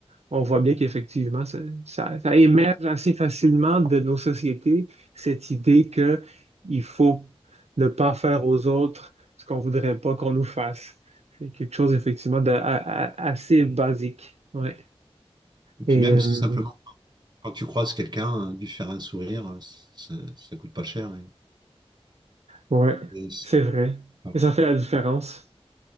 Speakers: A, on the right; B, on the right.
A: On voit bien qu'effectivement, ça, ça- ça émerge assez facilement de nos sociétés, cette idée que il faut ne pas faire aux autres ce qu'on voudrait pas qu'on nous fasse. C'est quelque chose, effectivement, de, a- a- assez basique. Ouais.
B: Et puis
A: Et
B: même
A: euh,
B: c'est simplement. quand tu croises quelqu'un, euh, lui faire un sourire, euh, ça, ça coûte pas cher. et-
A: ouais,
B: et ça-
A: c'est vrai.
B: enfin,
A: Et ça fait la différence.